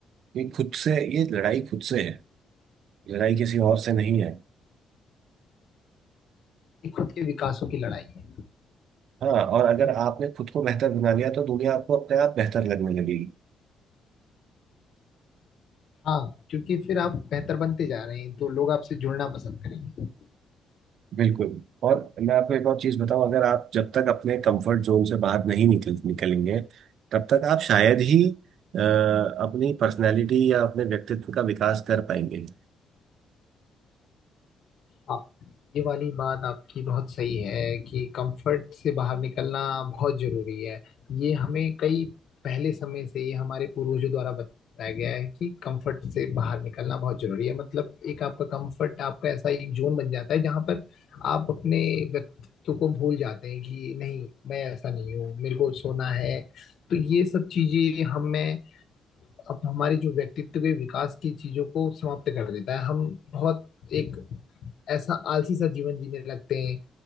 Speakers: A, on the right; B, on the left.
A: कि खुद से ये लड़ाई खुद से है लड़ाई किसी और से नहीं है
B: ये खुद के विकासों की लड़ाई है
A: हाँ और अगर आपने खुद को बेहतर बना लिया तो दुनिया आपको अपने आप बेहतर लगने लगेगी
B: हाँ क्योंकि फिर आप बेहतर बनते जा रहे हैं तो लोग आपसे जुड़ना पसंद करेंगे
A: बिल्कुल और मैं आपको एक और चीज बताऊं अगर आप जब तक अपने कंफर्ट जोन से बाहर नहीं निकल निकलेंगे तब तक आप शायद ही अ, अपनी पर्सनालिटी या अपने व्यक्तित्व का विकास कर पाएंगे
B: हाँ ये वाली बात आपकी बहुत सही है कि कंफर्ट से बाहर निकलना बहुत जरूरी है ये हमें कई पहले समय से ही हमारे पूर्वजों द्वारा बताया गया है कि कंफर्ट से बाहर निकलना बहुत जरूरी है मतलब एक आपका कंफर्ट आपका ऐसा एक जोन बन जाता है जहां पर आप अपने व्यक्तित्व को भूल जाते हैं कि नहीं मैं ऐसा नहीं हूँ मेरे को सोना है तो ये सब चीजें हमें अब हमारी जो व्यक्तित्व के विकास की चीजों को समाप्त कर देता है हम बहुत एक ऐसा आलसी सा जीवन जीने लगते हैं